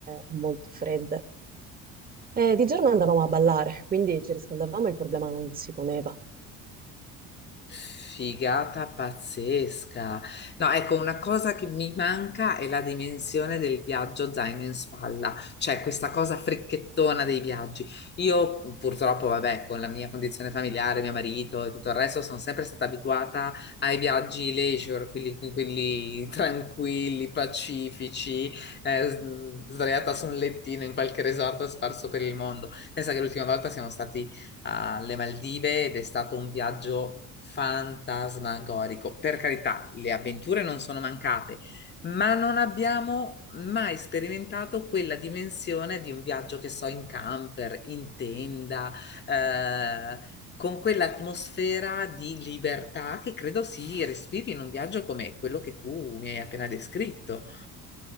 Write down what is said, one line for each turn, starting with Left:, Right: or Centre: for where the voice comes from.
Right: e molto fredde. Eh, di giorno andavamo a ballare, quindi ci riscaldavamo e il problema non si poneva.
Left: Figata pazzesca. No, ecco, una cosa che mi manca è la dimensione del viaggio zaino in spalla, cioè questa cosa fricchettona dei viaggi. Io purtroppo, vabbè, con la mia condizione familiare, mio marito e tutto il resto, sono sempre stata abituata ai viaggi leisure, quelli, quelli <laughs> tranquilli, pacifici, eh, s- sdraiata su un lettino in qualche resort sparso per il mondo. Pensa che l'ultima volta siamo stati alle Maldive ed è stato un viaggio fantasmagorico. Per carità, le avventure non sono mancate, ma non abbiamo mai sperimentato quella dimensione di un viaggio che so in camper, in tenda, eh, con quell'atmosfera di libertà che credo si respiri in un viaggio come quello che tu mi hai appena descritto.